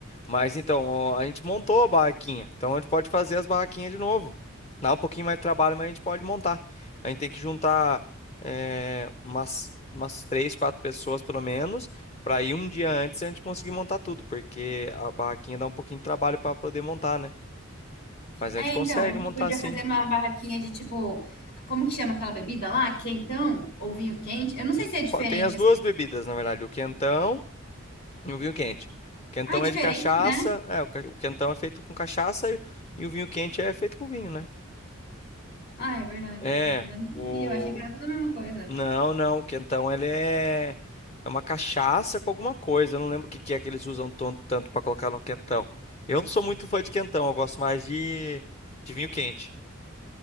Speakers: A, on the left (about 30°); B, on the left (about 50°).
A: Mas então, ó, a gente montou a barraquinha. Então a gente pode fazer as barraquinhas de novo. Dá um pouquinho mais de trabalho, mas a gente pode montar. A gente tem que juntar é, umas, umas três, quatro pessoas pelo menos, para ir um dia antes e a gente conseguir montar tudo, porque a barraquinha dá um pouquinho de trabalho para poder montar, né? Mas
B: É,
A: a gente consegue
B: então, a gente
A: montar
B: podia
A: assim.
B: fazer uma barraquinha de tipo, como que chama aquela bebida lá? Quentão ou vinho quente? Eu
A: Vi-
B: não sei se é diferente
A: Pô, Tem as
B: essas.
A: duas bebidas, na verdade, o quentão e o vinho quente. O quentão
B: Ah, é diferente,
A: é de cachaça,
B: né?
A: é, o ca- o quentão é feito com cachaça e e o vinho quente é feito com vinho, né?
B: Ah, é verdade,
A: É,
B: verdade, verdade. Não
A: o.
B: sabia, Eu achei que era tudo a mesma coisa.
A: Não, não, o quentão ele é. É uma cachaça com alguma coisa. Eu não lembro o que que é que eles usam ton- tanto para colocar no quentão. Eu não sou muito fã de quentão, eu gosto mais de, de vinho quente.